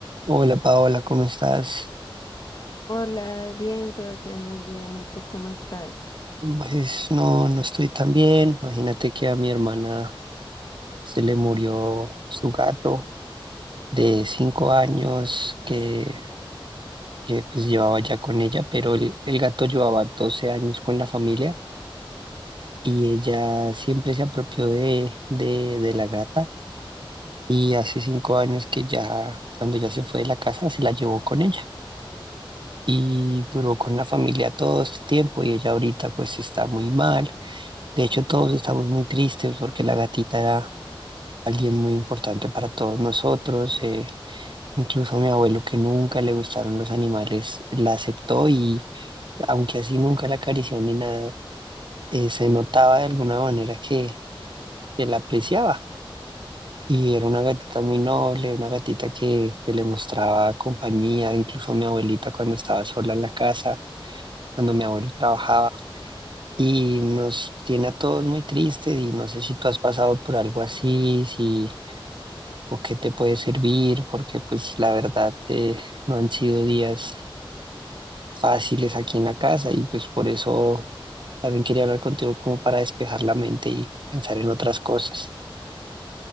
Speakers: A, on the right; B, on the left.
A: Hola Paola, ¿cómo estás?
B: Hola, bien, Sebastián, muy bien. ¿Y tú cómo estás?
A: Pues no, no estoy tan bien. Imagínate que a mi hermana se le murió su gato de cinco años que, que pues llevaba ya con ella, pero el, el gato llevaba 12 años con la familia y ella siempre se apropió de, de, de la gata y hace cinco años que ya, cuando ya se fue de la casa, se la llevó con ella y duró con la familia todo este tiempo y ella ahorita pues está muy mal De hecho, todos estamos muy tristes porque la gatita era alguien muy importante para todos nosotros. eh, incluso mi abuelo, que nunca le gustaron los animales, la aceptó y aunque así nunca la acarició ni nada, eh, se notaba de alguna manera que, que la apreciaba. Y era una gatita muy noble, una gatita que, que le mostraba compañía, incluso a mi abuelita cuando estaba sola en la casa, cuando mi abuelo trabajaba. Y nos tiene a todos muy tristes y no sé si tú has pasado por algo así, si o qué te puede servir, porque pues la verdad eh, no han sido días fáciles aquí en la casa y pues por eso también quería hablar contigo como para despejar la mente y pensar en otras cosas.